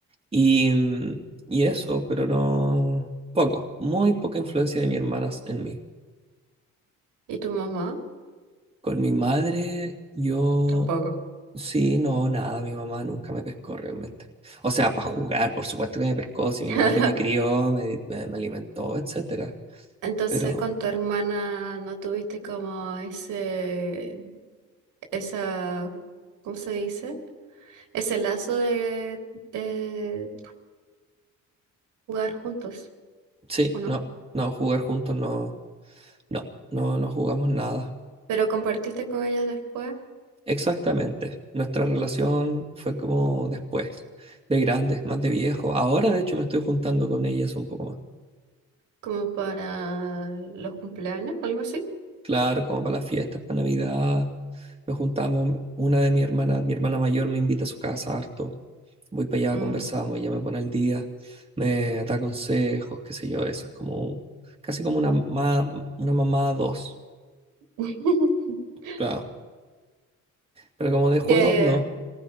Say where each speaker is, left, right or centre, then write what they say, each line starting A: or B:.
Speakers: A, on the right; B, on the right.
A: Y, mm, y eso, pero no. Poco. Muy poca influencia de mi hermana en mí.
B: ¿Y tu mamá?
A: Con mi madre, yo
B: Tampoco.
A: Sí, no, nada, mi mamá nunca me pescó realmente. O sea, para jugar, por supuesto que me pescó, si mi
B: <laughs>
A: madre me crió, me, me- me alimentó, etcétera.
B: Entonces
A: Pero
B: con tu hermana no tuviste como ese, esa, ¿cómo se dice? Ese lazo de, de jugar juntos,
A: sí,
B: ¿o no?
A: no, no, jugar juntos no, no, no, no jugamos nada.
B: Pero compartiste con ellas después,
A: Exactamente. Nuestra relación fue como después, de grandes, más de viejo. Ahora, de hecho, me estoy juntando con ellas un poco más.
B: como para los cumpleaños, algo así.
A: Claro, como para las fiestas, para Navidad, nos juntamos. Una de mi hermana, mi hermana mayor me invita a su casa harto. voy para allá,
B: Mm.
A: conversamos, ella me pone al día, me da consejos, qué sé yo, eso es como casi como una, ma- una mamá dos,
B: <laughs>
A: claro. Pero como de juegos,
B: Qué,
A: no.